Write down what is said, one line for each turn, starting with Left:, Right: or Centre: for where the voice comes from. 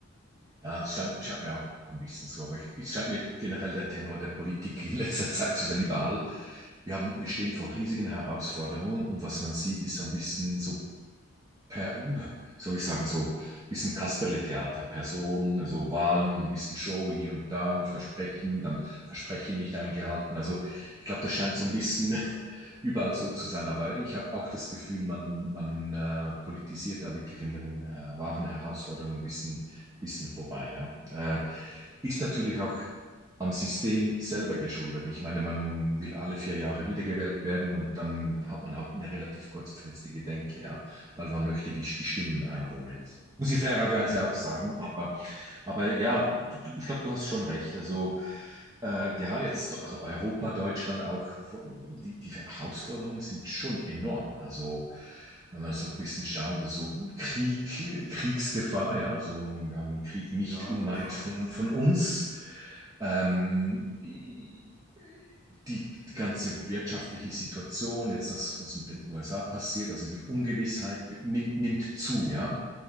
Right: ja es scheint, scheint mir auch ein bisschen so, aber ich- es scheint mir generell der Tenor der Politik in letzter Zeit zu sein, überall. Wir haben, wir stehen vor riesigen Herausforderungen und was man sieht, ist so ein bisschen so, per, soll ich sagen, so ein bisschen Kasperle-Theater, Personen, also Wahlen, ein bisschen Show hier und da und Versprechen, dann Versprechen nicht eingehalten. Also ich glaube, das scheint so ein bisschen überall so zu sein. Aber ich habe auch das Gefühl, man, man äh, politisiert da wirklich in den äh, wahren Herausforderungen ein bisschen, bisschen vorbei. Ja. Äh, ist natürlich auch am System selber geschuldet. Ich meine, man will alle vier Jahre wiedergewählt werden und dann hat man halt eine relativ kurzfristige Denke, ja, weil man möchte die, die Stimmen
Centre: Ja,
Right: einholen.
Centre: ja.
Right: Muss ich fairerweise
Centre: <laughs>
Right: auch sagen, aber aber ja, du, du, ich glaube, du hast schon recht. Also äh, gerade jetzt, also Europa, Deutschland auch, die, die Herausforderungen sind schon enorm. Also wenn man so ein bisschen schaut, also Krieg, Kriegsgefahr, ja, so wir haben einen Krieg
Centre: ja,
Right: nicht unweit
Centre: das
Right: von, von uns. Ähm, die, die ganze wirtschaftliche Situation, jetzt das, was mit den USA passiert, also die Ungewissheit nimmt, nimmt zu, ja.